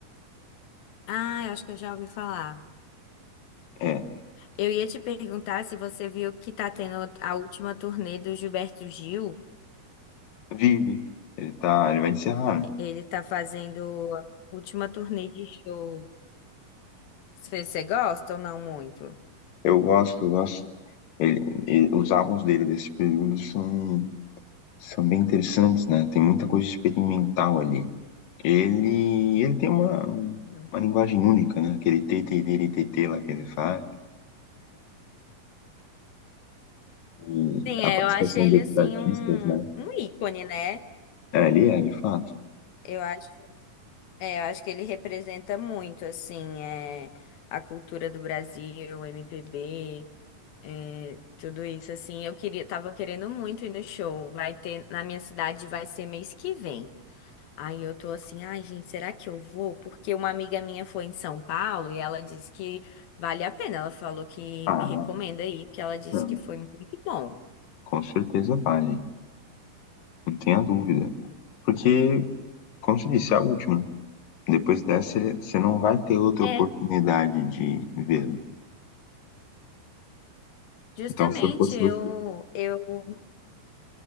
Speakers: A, on the left; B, on the left.
A: Ah, eu acho que eu já ouvi falar.
B: é.
A: Eu ia te perguntar se você viu que tá tendo a última turnê do Gilberto Gil.
B: Vive, ele tá, ele vai encerrar, né?
A: Ele tá fazendo a última turnê de show. Você você gosta ou não muito?
B: Eu gosto, eu gosto. Ele, ele- os álbuns dele desse período são, são bem interessantes, né? Tem muita coisa experimental ali. Ele, ele tem uma, uma
A: Uhum.
B: linguagem única, né? Aquele tê-tê-tê-tê-tê lá que ele faz. E
A: Sim,
B: a
A: é,
B: participação
A: eu acho ele
B: de outros
A: assim
B: artistas,
A: um,
B: né?
A: um ícone, né?
B: É, ele é, de fato.
A: Eu acho, é, eu acho que ele representa muito assim, é, a cultura do Brasil, o MPB, é, tudo isso assim. Eu queria, tava querendo muito ir no show. Vai ter na minha cidade, vai ser mês que vem. Aí eu tô assim, ai, gente, será que eu vou? Porque uma amiga minha foi em São Paulo e ela disse que vale a pena. Ela falou que
B: Ah,
A: me recomenda aí, porque ela disse
B: não.
A: que foi muito bom.
B: com certeza vale. Não tenha dúvida. Porque, como se disse, é a última, né? Depois dessa, ele- você não vai ter outra
A: É,
B: oportunidade de vê-lo.
A: justamente,
B: Então, se eu fosse
A: eu,
B: você...
A: eu,